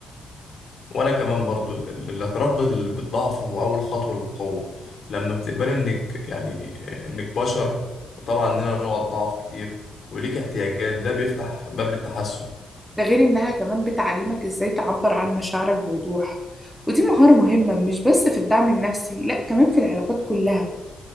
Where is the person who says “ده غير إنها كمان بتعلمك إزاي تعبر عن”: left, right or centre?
Centre